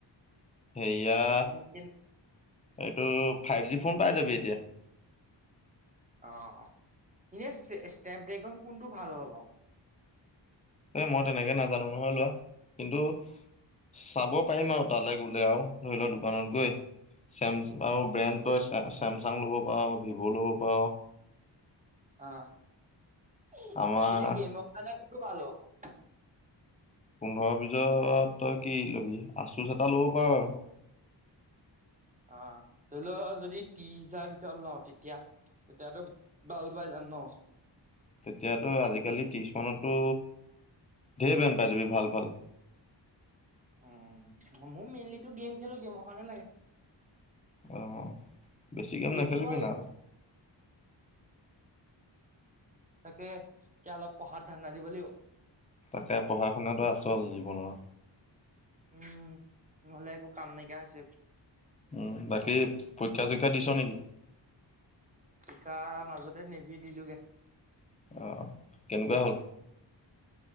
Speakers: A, on the left; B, on the right.
A: সেয়া
B: উম, তেন-
A: এইটো, ফাইভ জি ফোন পাই যাবি এতিয়া।
B: অ'! অ'! অ'! <unintelligible> ড্ৰেগন। কোনটো ভাল হ'ব বাৰু?
A: এ, মই তেনেকে নাজানো নহয় লোৱা। কিন্তু, চাব পাৰিম আৰু তালৈ গ'লে আৰু ধৰি লোৱা দোকানত গৈ। চেমচং ব্ৰেণ্ডটো চাই আছে। চেমচাং ল'ব পাওঁ, ভিভ' ল'ব পাওঁ।
B: অ'! <unintelligible>
A: আমাৰ
B: ইনে গেম কাৰনে কোনটো ভাল হ'ব?
A: পোন্ধৰ বিশত তই কি লবি? আচুচ এটা ল'ব পাৰ আৰু।
B: অ'! ধৰি লওঁ যদি ত্ৰিছ হজাৰ ভিতৰত লওঁ। তেতিয়া, তেতিয়াতো <unintelligible> যাম ন'।
A: তেতিয়াতো আজিকালি, ত্ৰিছ মানতো ধেৰ ব্ৰেণ্ড পাই যাবি। ভাল, ভাল।
B: উম, মই মেইনলিটো গেম খেলোঁ। গেমৰ কাৰণে লাগে।
A: অ'! বেছি গেম
B: গেমটো
A: নেখেলিবি
B: আৰু
A: না।
B: তাকে, এতিয়া অলপ পঢ়াত ধান্দা দিব লাগিব।
A: তাকে পঢ়া শুনাতটো আচল জীৱনৰ।
B: উম, নহ'লে একো কাম নাইকিয়া হৈছে।
A: উম, বাকী পৰীক্ষা চৰীক্ষা দিছা নেকি?
B: নিশা মাজতে নেভি দিলোগে।
A: অ'! কেনেকুৱা হ'ল?